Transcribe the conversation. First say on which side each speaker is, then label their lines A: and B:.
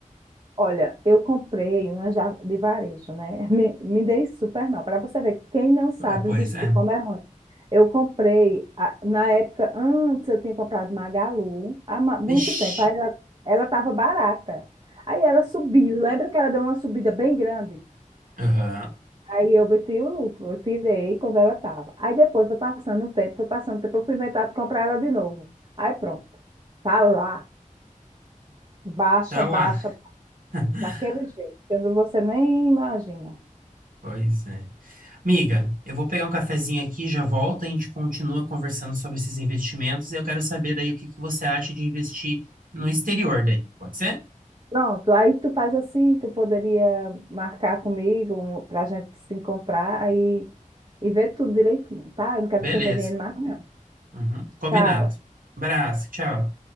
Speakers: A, on the right; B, on the right.
A: Olha, eu comprei uma já de varejo, né? <laughs> Me, me dei super mal. Para você ver, quem não sabe
B: Ah, Pois
A: investir
B: é.
A: como é ruim. Eu comprei, a- na época, antes eu tinha comprado Magalu, há ma- muito
B: Vixe.
A: tempo. Aí ela, ela estava barata. Aí ela subiu. Lembra que ela deu uma subida bem grande?
B: Aham.
A: Aí eu botei o lucro, eu tirei quando ela estava. Aí depois foi passando o tempo, foi passando o tempo, eu fui inventar de comprar ela de novo. Aí pronto, tá lá, baixa,
B: Tá
A: baixa,
B: lá. <laughs>
A: daquele jeito, que você nem imagina.
B: Pois é. Amiga, eu vou pegar um cafezinho aqui, já volto, a gente continua conversando sobre esses investimentos e eu quero saber daí o que que você acha de investir no exterior daí. Pode ser?
A: Pronto, aí tu faz assim, tu poderia marcar comigo para a gente se encontrar aí e ver tudo direitinho, tá? Eu não quero
B: Beleza.
A: perder dinheiro mais, não.
B: Uhum. Combinado.
A: Tchau.
B: Abraço, tchau.